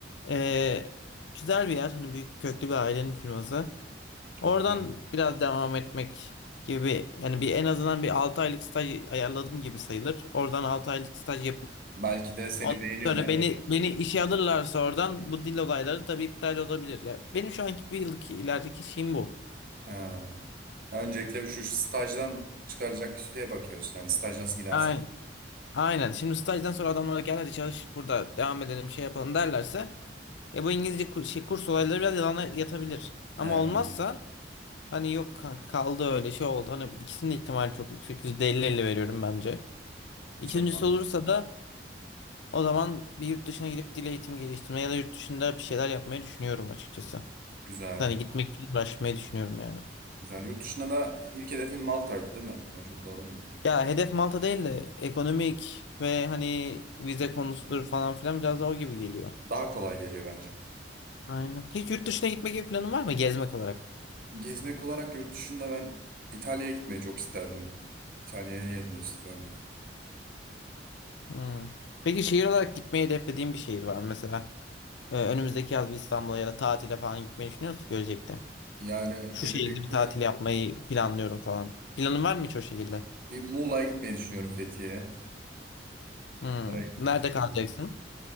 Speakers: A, on the left; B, on the right.
A: Ee, güzel bir yer hani büyük köklü bir ailenin firması.
B: Çok
A: Oradan
B: güzel.
A: biraz devam etmek gibi yani bir en azından bir 6 aylık staj ayarladım gibi sayılır. Oradan 6 aylık staj yapıp
B: Belki de seni
A: ondan
B: beğenirler.
A: sonra beni beni işe alırlarsa oradan bu dil olayları tabii iptal olabilir. Yani benim şu anki bir yıllık ilerideki şeyim bu.
B: Ha. Öncelikle şu şu stajdan çıkaracak şeye bakıyorsun. Hani staj nasıl gidersin?
A: Aynen. Aynen. Şimdi stajdan sonra adamlara gel hadi çalış burada devam edelim şey yapalım derlerse ya bu İngilizce kur- şey, kurs olayları biraz yalana yatabilir. Ama
B: He.
A: olmazsa hani yok kanka kaldı öyle şey oldu. Hani bu ikisinin de ihtimali çok yüksek. yüzde elli 50 veriyorum bence. İkincisi
B: Çok mantıklı.
A: olursa da o zaman bir yurt dışına gidip dil eğitimi geliştirmeye ya da yurt dışında bir şeyler yapmayı düşünüyorum açıkçası.
B: Güzel.
A: Hani gitmek için uğraşmayı düşünüyorum yani.
B: Güzel. Yurt dışında da ilk hedefin Malta'ydı değil mi? Doğru, doğru mu?
A: Ya hedef Malta değil de ekonomik ve hani vize konusudur falan filan biraz daha o gibi geliyor.
B: Daha kolay geliyor bence.
A: Aynen. Hiç yurt dışına gitme gibi planın var mı? Gezmek olarak.
B: Gezmek olarak yurt dışında ben İtalya'ya gitmeyi çok isterdim. İtalya'ya gezmeyi istiyorum.
A: Hmm. Peki şehir olarak gitmeyi hedeflediğin bir şehir var mı? Mesela e, önümüzdeki yaz bir İstanbul'a ya da tatile falan gitmeyi düşünüyor musun gelecekte?
B: Yani
A: Şu
B: gelecekte
A: şehirde bir tatil yapmayı planlıyorum falan. Planın var mı hiç o şekilde?
B: Bir Muğla'ya gitmeyi düşünüyorum Fethiye'ye.
A: Hmm.
B: Oraya gitmeyi
A: Nerede
B: düşünüyorum.
A: kalacaksın?